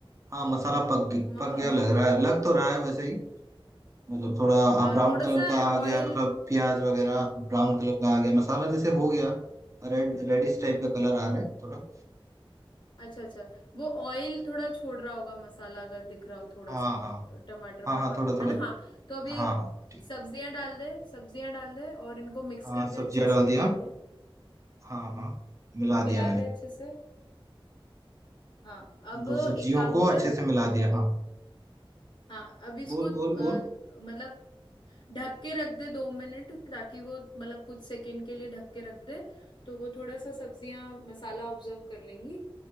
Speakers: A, on the right; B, on the left.
A: हाँ मसाला पक गई-
B: म,
A: पक
B: अम,
A: गया लग रहा है लग तो रहा है वैसे ही मतलब थोड़ा हाँ,
B: हाँ
A: ब्राउन
B: थोड़ा
A: कलर
B: सा
A: का आ
B: ऑयल
A: गया है, मतलब प्याज वगैरह ब्राउन कलर का आ गया मसाला जैसे हो गया रेड रेडिश टाइप का कलर आ रहा है थोड़ा
B: अच्छा अच्छा वो ऑयल थोड़ा छोड़ रहा होगा मसाला अगर दिख रहा हो थोड़ा
A: हाँ
B: सा
A: हाँ
B: तो टमाटर वमाटर
A: हाँ हाँ थोड़ा थोड़ा
B: है ना हाँ तो अब ये
A: हाँ हाँ ठीक
B: सब्जियां डाल दे सब्जियां डाल दे और इनको मिक्स
A: हाँ
B: कर दे
A: सब्जियाँ
B: अच्छे
A: डाल
B: से
A: दिया
B: मिला दे
A: हाँ हाँ मिला
B: मिला
A: दिया मैंने
B: दे अच्छे से हाँ अब
A: वो सब्जियों
B: एक काम
A: को
B: कर
A: अच्छे से मिला दिया हाँ
B: हाँ अब इसको
A: बोल
B: अ,
A: बोल बोल
B: मतलब ढक के रख दे दो मिनट ताकि वो मतलब कुछ सेकंड के लिए ढक के रख दे तो वो थोड़ा सा सब्जियां मसाला ऑब्जर्व कर लेंगी